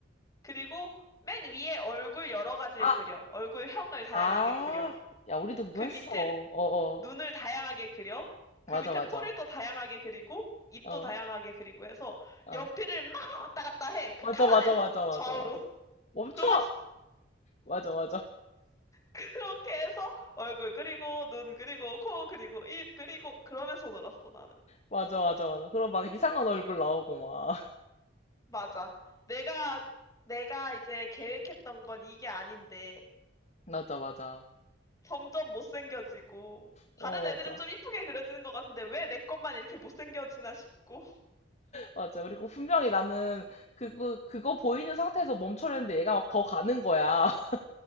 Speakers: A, on the left (about 15°); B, on the left (about 35°).
A: 그리고 맨 위에 얼굴 여러 가지를
B: 아,
A: 그려. 얼굴형을 다양하게
B: 아,
A: 그려.
B: 야, 우리도 그거
A: 그 밑에
B: 했어. 어어.
A: 눈을 다양하게 그려. 그
B: 맞아,
A: 밑에
B: 맞아.
A: 코를 또 다양하게 그리고 입도
B: 어,
A: 다양하게 그리고 해서
B: 어.
A: 연필을 막 왔다 갔다 해. 그
B: 맞아,
A: 칸 안에서
B: 맞아, 맞아, 맞아,
A: 좌우로.
B: 맞아.
A: <laughs>
B: 멈춰!
A: 그러다
B: 맞아, 맞아.
A: 그렇게 해서 얼굴 그리고 눈 그리고 코 그리고 입 그리고 그러면서 놀았어 나는.
B: 맞아, 맞아, 맞아. 그럼 막 이상한 얼굴 나오고 막. <laughs>
A: 맞아. 내가 내가 이제 계획했던 건 이게 아닌데
B: 맞아, 맞아.
A: 점점 못생겨지고
B: 어,
A: 다른 애들은
B: 맞아.
A: 좀 이쁘게 그려지는 것 같은데 왜 내 것만 이렇게 못생겨지나 싶고.
B: 맞아. 그리고 분명히 나는 그거, 그거 보이는 상태에서 멈춰려는데 얘가 막 더 가는 거야. <laughs>